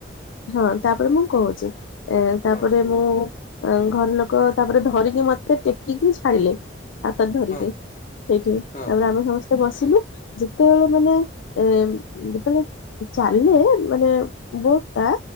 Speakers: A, on the left; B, on the left.
A: ହଁ, ତାପରେ ମୁଁ କହୁଚି। ଏ ତାପରେ
B: ହଁ
A: ମୁଁ ଆଁ, ଘର ଲୋକ ତାପରେ ଧରିକି ମତେ ଟେକିକି ଛାଡିଲେ। ହାତରେ ଧରିକି
B: ହଁ
A: ସେଇଠି,
B: ହଁ
A: ତାପରେ ଆମେ ସମସ୍ତେ ବସ ଲୁ, ଯେତେବେଳେ ମାନେ ଏଁ, ଯେତେବେଳେ ଚାଲିଲେ, ମାନେ ବୋଟ୍ ଟା